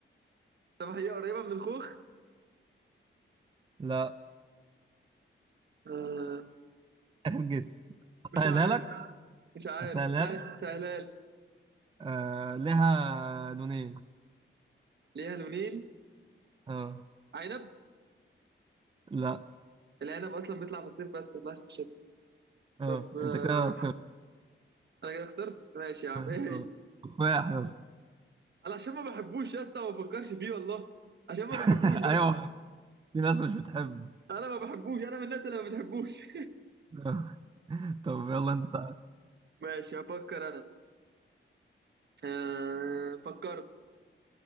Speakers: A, on the right; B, on the right.
A: طب هي قريبة من الخوخ
B: لا
A: آه
B: اخر جس اسهلها
A: مش عارف
B: لك
A: مش عارف
B: اسهلها
A: سه-
B: لك
A: سهلال
B: آه لها لونين
A: ليها لونين
B: اه
A: عنب
B: لا
A: العنب أصلا بيطلع في الصيف بس ما بيطلعش في الشتاء
B: اه
A: طب آه
B: انت كده خسرت
A: أنا كده خسرت ماشي يا عم
B: اه
A: إيه هي
B: آه. تفاح يا اسطى
A: انا عشان ما بحبوش يا اسطى ما بفكرش فيه والله عشان ما
B: <laughs>
A: بحبوش بس
B: ايوه في ناس مش بتحبه
A: انا ما بحبوش انا من الناس اللي ما بتحبوش
B: آه. طب يلا انت
A: <laughs> ماشي هفكر انا آه فكرت